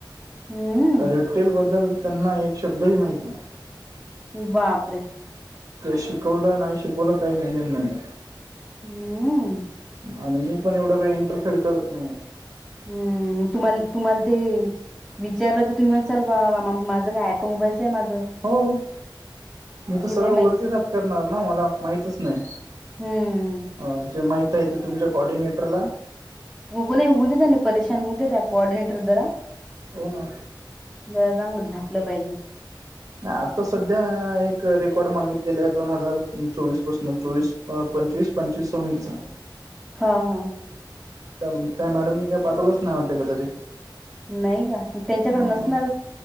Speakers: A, in the centre; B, on the right.
A: हम्म
B: रिटटेल बद्दल त्यांना एक शब्द हही माहत नाही
A: बापरे
B: ते शिकवलं नाही शिकवलं काही निंजन नाही
A: हं.
B: आणि मी पण एवढं काही इंटरफेअर करत नाही
A: हम्म तुम्हाला तुम्हाला ते विचारलं तर तुम्ही म्हणसाल बा माझं काय ऑटोमबाईलच आहे माझं
B: हो मी तर
A: ते
B: सरळ
A: नाही माहित.
B: वरतीच हात करणार ना मला माहितच नाही
A: हं.
B: अ जे माहती आहे ते तुमच्या कॉऑर्डिनेटरला
A: हो नाही होऊ देेत परेशान होऊ द त्या कोऑर्डिनेटर जरा
B: हो ना
A: जरा चांगलं झापलं पाहिजे
B: नाही आता सध्या एक रेकॉर्ड मागितलेला आहे दोन हजार चोवीस पासून चोवीस अ पंचवीस पंचवीस सवीचा
A: हा हा
B: तर त्या मॅडमनी काय पाठवलंच नाही वाटते कदाचित
A: नाही का त्यांच्याकडे
B: हा
A: नसणारच